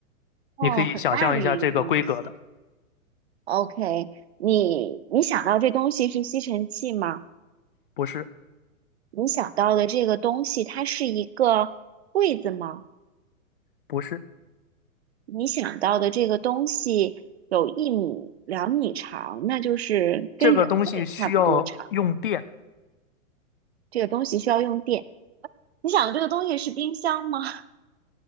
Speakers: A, on the right; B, on the left.
A: 哦，
B: 你可以想象一下这个规格的。
A: 很大的一个东西。OK，你你想到这东西是吸尘器吗？
B: 不是，
A: 你想到的这个东西，它是一个柜子吗？
B: 不是，
A: 你想到的这个东西有一米、两米长，那就是跟人类差不多长。
B: 这个东西需要用电。
A: 这个东西需要用电。你想的这个东西是冰箱吗？<laughs>